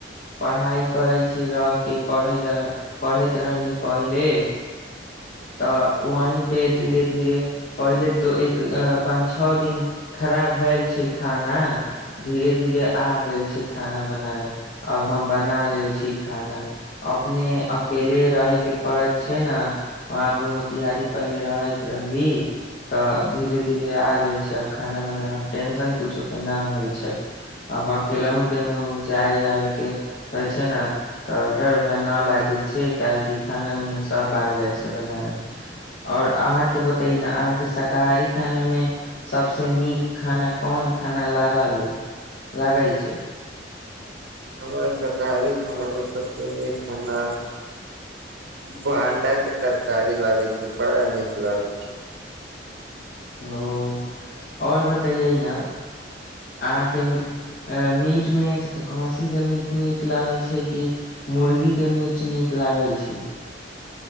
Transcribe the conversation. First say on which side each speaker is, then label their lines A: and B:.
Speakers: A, on the left; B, on the right.
A: पढ़ाइ करै छी रहक पढ़ैत पढ़ैत रहली पहिले तऽ वही पे धीरे
B: जी
A: धीरे पहिले दु एक पांच छओ दिन खराब भेल छै खाना धीरे धीरे आ गेल छै खाना बनाबै अब हम बना ले छी खाना अपने अकेले रहेके पड़है छै न वहाँ पे मोतिहारी पहिले रहैत रहली तऽ धीरे दीदी आ गेल छै अब खाना बनावा टेंशन कुछो के न हो छै अब अकेलहु केनेऊ जाए आबैके होय छै ने तऽ डर भाय न लागे छै काहेकि खाना उना सब आ जाय छै बना और अहाँके बतैइ न अहाँके शाकाहारी खाना मे सभस नीक खाना कोन खाना लागल अइ लागैय छइ
B: हमरा शाकाहारी खाना में सबसे नीक खाना औ अंडा के तरकारी लागे छै बड़ा नीक लागे छै
A: ओ ओर बतैयै ने अहाँके मि अऽ मीट मे खसी के मीट नीक लगै छै कि मुर्गी के मीट नीक लागैय छैइ